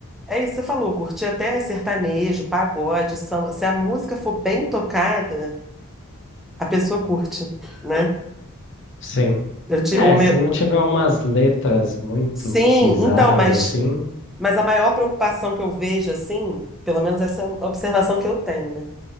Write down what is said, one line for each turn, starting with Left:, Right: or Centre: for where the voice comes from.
Centre: é isso que você falou, curtir até sertanejo, pagode, samba. Se a música for bem tocada, a pessoa curte, né?
Left: sim.
Centre: Eu te,
Left: É,
Centre: o meu...
Left: se não tiver umas letras muito
Centre: Sim,
Left: bizarras
Centre: então, mas.
Left: assim,
Centre: Mas a maior preocupação que eu vejo, assim, pelo menos essa é a observação que eu tenho, né?